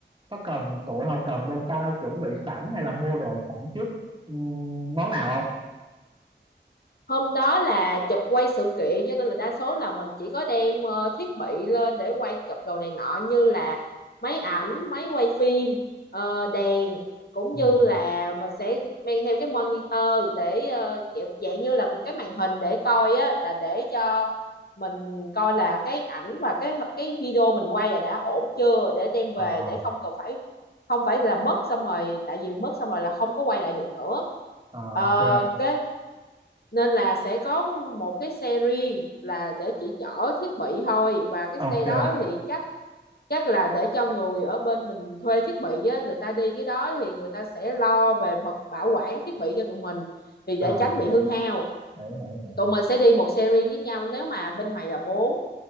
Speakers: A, on the right; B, on the left.
A: có cần tụi không cần bên tao chuẩn bị sẵn hay là mua đồ sẵn trước ừm, món nào không
B: hôm đó là chụp quay sự kiện cho nên là đa số là mình chỉ có đem ờ, thiết bị lên để quay chụp đồ này nọ như là máy ảnh máy quay phim ờ, đèn cũng
A: ừ.
B: như là mình sẽ mang theo cái monitor để ờ, kiểu dạng như là một cái màn hình để coi á là để cho mình coi là cái ảnh và cái cái video mình quay là đã ổn chưa để đem về
A: à,
B: để không cần phải không phải là mất xong rồi tại vì mất xong rồi là không có quay lại được nữa
A: à,
B: Ờ,
A: ok
B: cái nên là sẽ có một cái xe riêng là để chỉ chở thiết bị thôi và cái
A: ok
B: xe đó thì chắc chắc là để cho người ở bên mình thuê thiết bị á, người ta đi cái đó thì người ta sẽ lo về mặt bảo quản thiết bị cho tụi mình thì để
A: à,
B: tránh bị
A: hiểu
B: hư hao
A: hiểu hiểu hiểu
B: tụi mình sẽ đi một xe riêng với nhau nếu mà bên mày là bốn